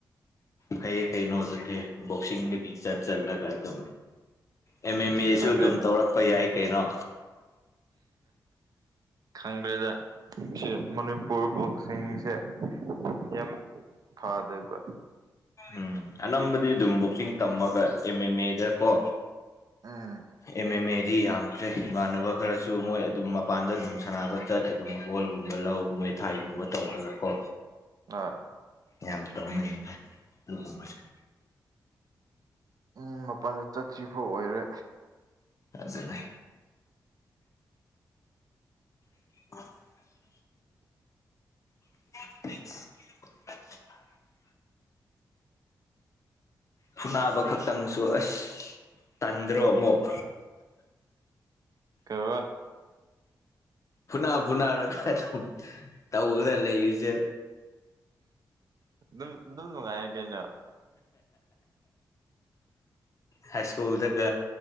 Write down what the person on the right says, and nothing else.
ꯈꯪꯗ꯭ꯔꯦ
ꯈꯪꯗ꯭ꯔꯦꯗ ꯁꯤ ꯃꯅꯤꯄꯨꯔ ꯕꯣꯛꯁꯤꯡꯁꯦ ꯌꯥꯝ ꯐꯥꯗꯕ
ꯑ
ꯑ
ꯎꯝ ꯃꯄꯥꯟꯗ ꯆꯥꯠꯇ꯭ꯔꯤ ꯐꯥꯎ ꯑꯣꯏꯔꯦ
ꯀ ꯋꯥ
ꯑꯗꯨꯝ ꯑꯗꯨꯝ ꯅꯨꯡꯉꯥꯏꯔ ꯀꯩꯅ